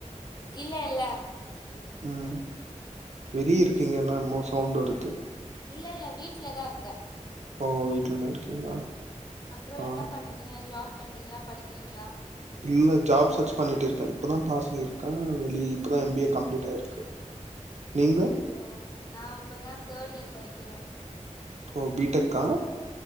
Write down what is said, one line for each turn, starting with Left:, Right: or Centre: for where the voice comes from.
Left: இல்ல இல்ல
Right: ம் வெளிய இருக்கீங்கன்னா என்மோ சவுண்டு வருது
Left: இல்ல இல்ல வீட்ல தா இருக்கே
Right: ஓ வீட்லதா இருக்கீங்களா
Left: அப்றோ
Right: ஆ
Left: என்ன பண்றிங்க ஜாப் பண்றீங்களா படிக்கிறீங்களா
Right: இல்ல ஜாப் சர்ச் பண்ணிட்டு இருக்கே இப்பதா பாஸ் பண்ணிருக்கே ஒன்லி இப்பதா எம் பஏ கம்ப்ளீட் ஆயிருக்கு நீங்க
Left: செரி ஓக் நா இப்பதா தேட் இயர் படிக்கிறே
Right: ஓ பீ டெக்கா